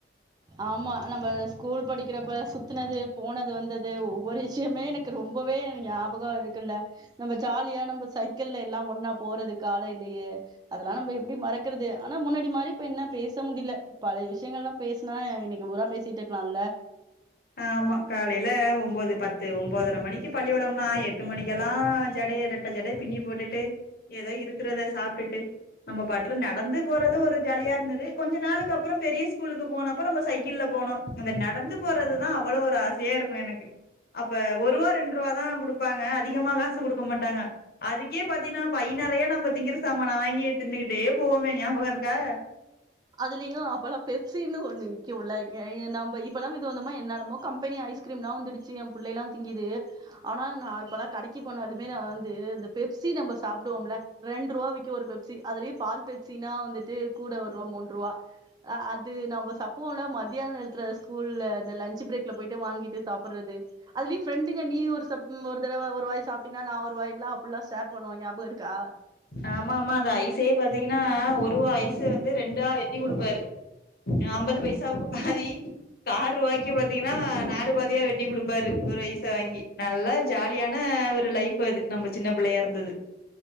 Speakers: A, on the right; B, on the left.
A: ஆமா நம்ம ஸ்கூல் படிக்கிறப்ப சுத்தினது போனது வந்தது ஒவ்வொரு விஷயமே எனக்கு ரொம்பவே ஞாபகம் இருக்குல்ல நம்ம ஜாலியா நம்ம சைக்கிள்ல எல்லாம் ஒன்னா போறது காலையிலயே அதெல்லாம் நம்ம எப்படி மறக்கறது ஆனா முன்னாடி மாரி இப்ப என்ன பேச முடியல பழ விஷயங்கல்லாம் பேச னா இன்னைக்கு புரா பேசிட்டு இருக்கலாம்ல
B: ஆமா காலையில ஒம்போது பத்து ஒன்பதர மணிக்கு பள்ளியோடம்னா எட்டு மணிக்கெல்லாம் ஜடைய இரட்ட ஜடைய பின்னி போட்டுட்டு ஏதோ இருக்கிறத சாப்பிட்டுட்டு நம்ம பாட்ல நடந்து போறது ஒரு ஜாலியா இருந்தது கொஞ்ச நாளுக்குக்கு அப்புறம் பெரிய ஸ்கூலுக்கு போனப்ப நம்ம சைக்கிள்ல போனோம் அந்த நடந்து போறது நான் அவ்வளவு ஒரு ஆசையா இருக்கும் எனக்கு அப்ப ஒருவா ரெண்ருவா தான் கொடுப்பாங்க அதிகமா காசு குடுக்க மாட்டாங்க அதுக்கே பாத்தீனா பை நிறையா நம்ம திங்கிற சாமான் வாங்கி தின்னுகிட்டே போவோமே ஞாபகம் இருக்கா
A: இல்லியோ அப்பெல்லாம் பெப்சின்னு ஒண்ணு உல்லவங்க இ நம்ம இப்பலாம் விதவிதமா என்னானமோ கம்பெனி ஐஸ்கிரீம்லாம் வந்துடுச்சு என் பிள்ளைலா திங்குது ஆனா நான்ப்பல்லாம் கடைக்கு போனாலும்மே நா வந்து அந்த பெப்சி நம்ப சாப்டுவோம்ல ரென்ருவ விக்கும் ஒரு பெப்சி அதுலயும் பால் பெப்சினா வந்துட்டு கூட மூன்றுபா அது நம் சப்புவோம்ல மத்தியான நேரத்துல ஸ்கூல்லல இந்த லன்ச் பிரேக்ல போயிட்டு வாங்கிட்டு சாப்பிடுறது அதுல ப்ரெண்டுங்க நீ ஒரு சப்பு ஒரு தடவ ஒரு வாய் சாப்ட்டீங்கனா நான் ஒரு வாயல்லாம் அப்புட்ல்லாம் ஷேர் பண்ணுவாங்க ஞாபகம் இருக்கா
B: ஆமா ஆமா அந்த ஐசே பாத்தீங்கன்னா ஒருவா ஐச வந்து ரெண்டா வெட்டி குடுப்பாரு அம்பது பைசாவுக்கு பாதி கார்ருவாக்கி பாத்தீங்கன்னா நாலு பதியா வெட்டி குடுப்பாரு ஒரு ஐச வாங்கி நல்லா ஜாலியான ஒரு லைஃப் அது நம்ம சின்ன பிள்ளையா இருந்தது